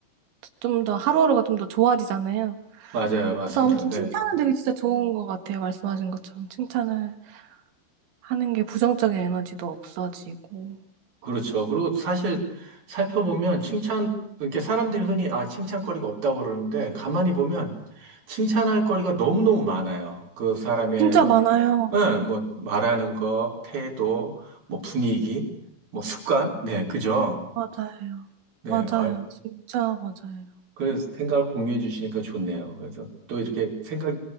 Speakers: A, on the right; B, on the right.
A: 좀 더 하루하루가 좀 더 좋아지잖아요.
B: 맞아요. 맞습니다.
A: 그래서 아무튼
B: 네.
A: 칭찬은 되게 진짜 좋은 것 같아요. 말씀하신 것처럼 칭찬을 하는 게 부정적인 에너지도 없어지고
B: 그렇죠. 그리고 사실 살펴보면 칭찬, 이렇게 사람들이 흔히 아, 칭찬거리가 없다고 그러는데 가만히 보면 칭찬할 거리가 너무너무 많아요. 그 사람의
A: 진짜
B: 뭐,
A: 많아요.
B: 예, 뭐 말하는 거, 태도, 뭐 분위기, 뭐 습관. 네, 그죠?
A: 맞아요.
B: 네.
A: 맞아요.
B: 아,
A: 진짜 맞아요.
B: 그래서 생각을 공유해 주시니까 좋네요. 그래서 또 이렇게 생각,